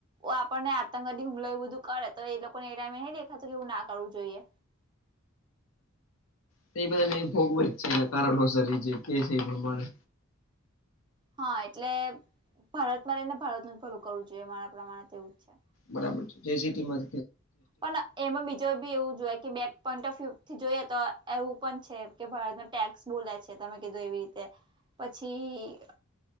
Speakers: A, on the right; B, on the left.
A: આપણને આતંકવાદી હુમલા એવું બધું કરે તો એ લોકો <unintelligible> ના કરવું જોઈએ.
B: તો એ બધાને ભોગવે જ છે. એને કારણોસર એ જે કે છે એ પ્રમાણે
A: હા એટલે ભારતમાં રહીને ભારતનું જ ભલું કરવું જોઈએ મારા પ્રમાણે એવું જ છે.
B: બરાબર છે જે સિટીમાં
A: પણ એમાં બીજો બી એવું જોય કે બે <unintelligible> થી જોઈએ તો એવું પણ છે કે ભારતમાં ટેક્સ બોલે છે. તમે કીધું એવી રીતે પછી